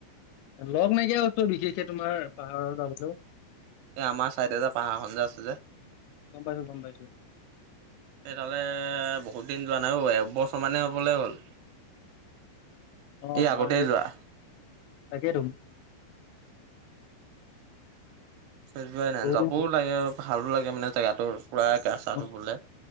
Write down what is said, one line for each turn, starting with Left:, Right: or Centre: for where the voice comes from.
Left: লগ নাইকিয়া হৈছে বিশেষকে তোমাৰ পাহাৰ যাবলৈও?
Right: এই আমাৰ ছাইড এ যে পাহাৰখন যে আছে যে
Left: গ'ম পাইছো, গ'ম পাইছো।
Right: এই তালে বহুত দিন যোৱা নাই একবছৰমানেই হ'বলৈ হ'ল?
Left: অ'
Right: আগতে
Left: মই এই
Right: যোৱা
Left: তাকেই তোম
Right: চযোৱাই নাই,
Left: বহুত
Right: যাবও
Left: দিন
Right: লাগে ভালো লাগে মানে জেগাটো পুৰা গা
Left: হ'ল।
Right: চা টো ধুবলে।